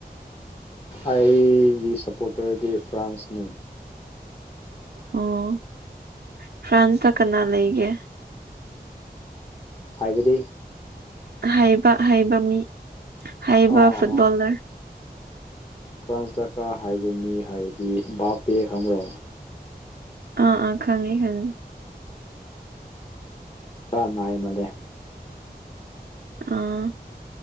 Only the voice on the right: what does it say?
ꯑꯣ ꯐ꯭ꯔꯥꯟꯁꯇ ꯀꯅꯥ ꯂꯩꯒꯦ
ꯍꯩꯕ ꯍꯩꯕ ꯃꯤ ꯍꯩꯕ
ꯐꯨꯠꯕꯣꯜꯂꯔ
ꯑꯥ ꯑꯥ ꯈꯪꯉꯤ ꯈꯪꯉꯤ
ꯑꯥ